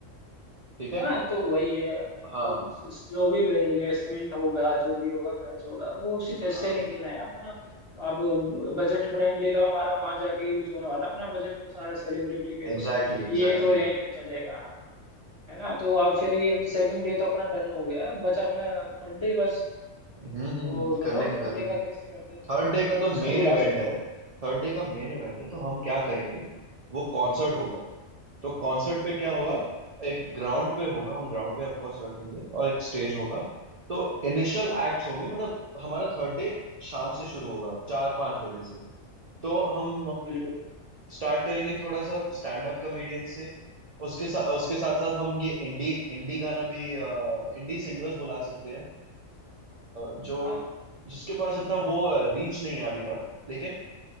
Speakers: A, on the right (about 65°); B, on the left (about 35°).
A: ठीक है
B: हाँ तो वही है
A: हाँ
B: तो स- जो भी इन्वेस्टमेंट होगा जो भी होगा खर्च होगा वो उसी फेस
A: हाँ
B: से निकलना है अपना आप बजट फ्रेंडली तो हमारा वहां जाके यूज होने वाला अपना बजट तो सारा सेलिब्रिटी पे
A: एग्जैक्टली
B: क्योंकि
A: एग्जैक्टली
B: ये तो यहीं पे चलेगा हाँ है ना तो अब फिर ये सेकंड डे तो अपना डन हो गया बचा अपना थर्ड डे बस
A: हम्म हम्म हम्म,
B: तो बताओ
A: कर लेंगे
B: थर्ड
A: कर लेंगे
B: डे का कैसे करते हैं हम
A: थर्ड डे
B: तो
A: का तो
B: किसको
A: मेन
B: बुला
A: इवेंट
B: सकते
A: है
B: हैं
A: थर्ड डे का मेन इवेंट है तो हम क्या करेंगे वो कॉन्सर्ट होगा तो कॉन्सर्ट पे क्या होगा
B: ओके
A: एक ग्राउंड पे होगा हम ग्राउंड पे ऑफ कोर्स रखेंगे और एक स्टेज होगा तो इनिशियल एक्ट्स होंगे मतलब हमारा थर्ड डे शाम से शुरू होगा चार पांच बजे से तो हम
B: बिल्कुल
A: स्टार्ट करेंगे थोड़ा सा स्टैंड अप कॉमेडियन से उसके साथ उसके साथ साथ हम ये इंडी इंडी गाना भी इंडी सिंगर्स बुला सकते हैं अ, जो
B: हाँ
A: जिसके पास इतना वो रीच नहीं है अभी तक लेकिन